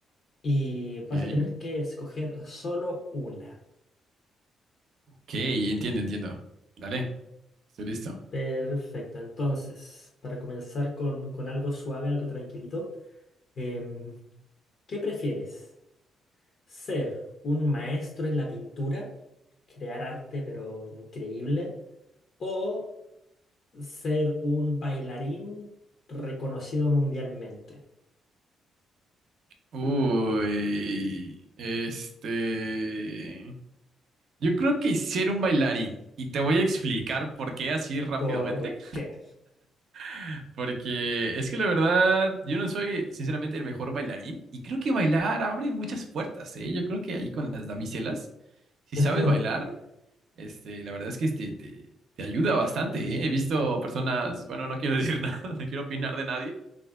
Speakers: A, on the left; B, on the right.
A: Y
B: Ok,
A: vas a tener que escoger solo una.
B: ok, entiendo, entiendo. Dale, estoy listo.
A: Perfecto, entonces, para comenzar con, con algo suave, algo tranquilito, em, ¿qué prefieres? ¿Ser un maestro en la pintura, crear arte pero increíble, o ser un bailarín reconocido mundialmente?
B: Uy, este... Yo creo que ser un bailarín. Y te voy a explicar por qué así rápidamente.
A: ¿Por qué?
B: <laughs> Porque es que la verdad, yo no soy sinceramente el mejor bailarín. Y creo que bailar abre muchas puertas, ¿eh? Yo creo que ahí con las damiselas, si
A: <laughs>
B: sabes bailar. Este, la verdad es que este, te, te ayuda bastante, ¿eh? He visto personas, bueno, no quiero decir <laughs> nada, no quiero opinar de nadie,